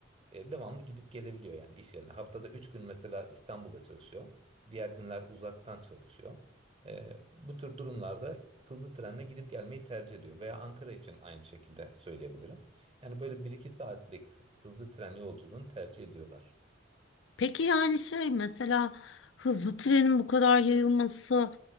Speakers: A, on the right; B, on the left.
A: E, devamlı gidip gelebiliyor yani iş yerine. Haftada 3 gün mesela İstanbul'da çalışıyor. Diğer günler uzaktan çalışıyor. E, bu tür durumlarda hızlı trenle gidip gelmeyi tercih ediyor. Veya Ankara için aynı şekilde söyleyebilirim. Yani böyle bir iki saatlik hızlı tren yolculuğunu tercih ediyorlar.
B: Peki yani şey mesela hızlı trenin bu kadar yayılması